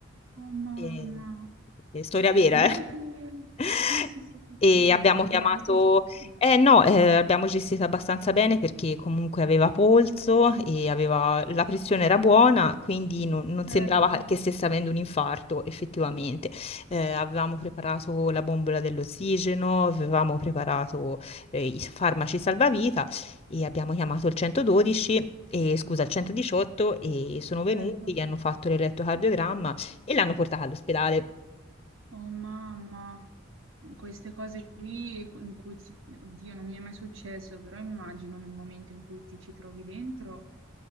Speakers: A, on the right (about 70°); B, on the left (about 30°).
A: oh mamma.
B: E- e storia
A: E
B: vera,
A: come
B: eh?
A: avete...
B: <laughs>
A: Sì, sì, sì, sì,
B: E
A: sì,
B: abbiamo
A: ma
B: chiamato,
A: come avete gestito?
B: eh no, eh, abbiamo gestito abbastanza bene perché comunque aveva polso e aveva... la pressione era buona, quindi non, non
A: Certo,
B: sembrava che stesse avendo un infarto effettivamente. Eh, avevamo preparato la bombola dell'ossigeno, avevamo preparato eh, i farmaci salvavita e abbiamo chiamato il 112 e scusa, il 118 e sono
A: certo.
B: venuti, gli hanno fatto l'elettrocardiogramma e l'hanno portata all'ospedale.
A: Oh mamma, queste cose qui in cui ci... Oddio, non mi è mai successo, però immagino nel momento in cui ti ci trovi dentro,